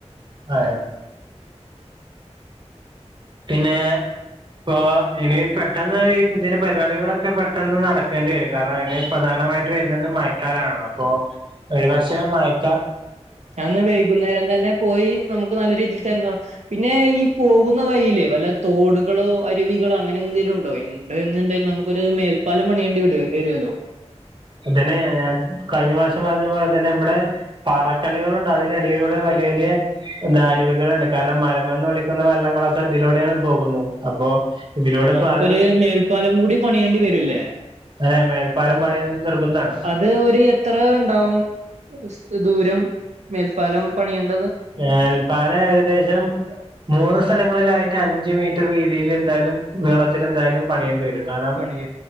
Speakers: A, on the right; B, on the right.
A: ആ പിന്നെ ഇപ്പൊ ഇനി പെട്ടെന്ന് ഈ ഇതിന്റെ പരിപാടികളൊക്കെ പെട്ടെന്ന് നടക്കേണ്ടി വരും കാരണം ഇ പ്രധാന പ്ര മായിട്ട് വരുന്നത് മയക്കാലാണല്ലോ അപ്പൊ ഒരുപക്ഷെ മയക്കാൽ
B: ഞന്ന് വൈകുന്നേരം തന്നെ പോയി നമുക്ക് നല്ല രീതിൽ എന്താ പിന്നെ ഈ പോകുന്ന വൽെ വല്ല തോടുകളോ അരുവികളോ അങ്ങനെ എന്തങ്കിലും ഉണ്ടോ എണ്ട നമുക്കൊരു മേൽപ്പാല മണിയേണ്ട വി വരുമല്ലോ
A: അതന്നെ ഞാൻ കഴിഞ്ഞ വഷം പറഞ്ഞ പോലെ തന്നെ ഇവിടെ പാറക്കല്ലുകളൾുണ്ട് അതിന്റെടിയിലൂടെ വല വലിയ ദാരുവികൾുണ്ട് കാരണം മരമന്ന് ഒളിക്കുന്ന വെള്ളങ്ങളൊക്കെ ഇതിലൂടെയാണ് പോകുന്നത് അപ്പൊ ഇതിലൂടെ
B: നമുക്കൊരു
A: പാല
B: മേൽപ്പാലം കൂടി പണിയേണ്ടി വരൂല്ലേ
A: അതെ മേൽപ്പാലം പണി നിർബന്ധമാണ്
B: അത് ഒരു എത്ര ഉണ്ടാവും ദൂരം മേൽപ്പാലം പണിയുണ്ട
A: ഏൽപ്പാല ഏകദേശം മൂന്ന് സ്ഥലങ്ങളിലായിട്ട് അഞ്ച് മീറ്റർ വീതിയിൽ എന്തായാലും നീളത്തിൽ എന്തായാലും പണിയേണ്ടി വരും കാരണം
B: ണ